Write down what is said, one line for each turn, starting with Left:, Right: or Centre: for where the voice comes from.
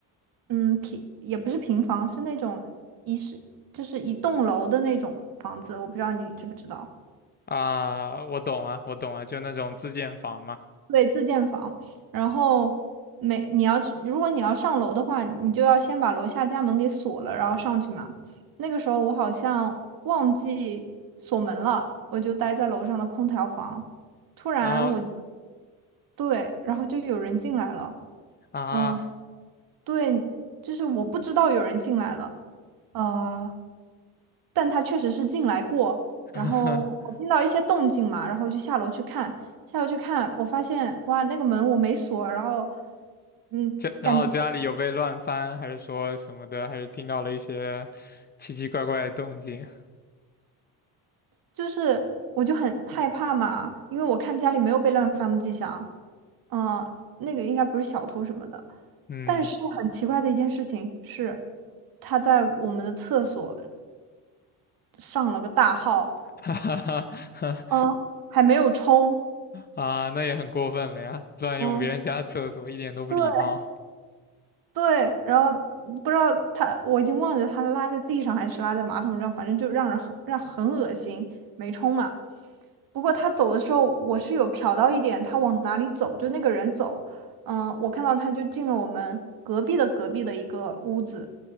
Right: 嗯，平也不是平房，是那种一室，就是一栋楼的那种房子，我不知道你知不知道。
Left: 啊？我懂啊，我懂啊，就那种自建房嘛。
Right: 对，自建房。然后每你要去，如果你要上楼的话，你就要先把楼下家门给锁了，然后上去嘛。那个时候我好像忘记锁门了，我就待在楼上的空调房。突然我，
Left: 然后
Right: 对，然后就有人进来了。
Left: 啊，
Right: 嗯。对，就是我不知道有人进来了，呃，但他确实是进来过。
Left: <laughs>
Right: 然后我听到一些动静嘛，然后就下楼去看，下楼去看，我发现哇，那个门我没锁，然后嗯，
Left: 家然后家里有被乱翻，
Right: 感觉
Left: 还是说什么的，还是听到了一些奇奇怪怪的动静？
Right: 就是我就很害怕嘛，因为我看家里没有被乱翻的迹象，嗯、那个应该不是小偷什么的。
Left: 嗯，
Right: 但是很奇怪的一件事情是，他在我们的厕所上了个大号。
Left: <laughs> 哈哈哈，
Right: 嗯，还没有冲，
Left: 啊，那也很过分了呀，乱用别人家厕所，
Right: 嗯，
Left: 一点都不礼貌
Right: 对，对，然后不知道他，我已经忘记他拉在地上还是拉在马桶上，反正就让人很让很恶心，没冲嘛。不过他走的时候，我是有瞟到一点，他往哪里走，就那个人走，嗯，我看到他就进了我们隔壁的隔壁的一个屋子，